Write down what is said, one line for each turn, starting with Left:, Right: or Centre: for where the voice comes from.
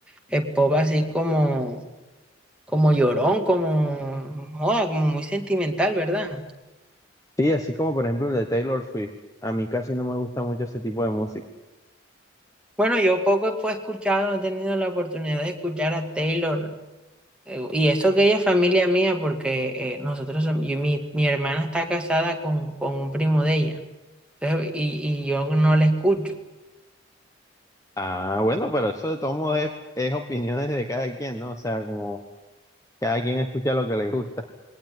Centre: el pop así como, como llorón, como, joda, como muy sentimental, ¿verdad?
Left: Sí, así como por ejemplo el de Taylor Swift. A mí casi no me gusta mucho ese tipo de música.
Centre: Bueno, yo poco he pues, escuchado, he tenido la oportunidad de escuchar a Taylor, eh, y eso que ella es familia mía, porque eh, nosotros, som- yo- mi, mi hermana está casada con, con un primo de ella, entonces, y, y yo no la escucho,
Left: Ah, bueno, pero eso de todos modos es, es opiniones de cada quien, ¿no? O sea, como... Cada quien escucha lo que le gusta.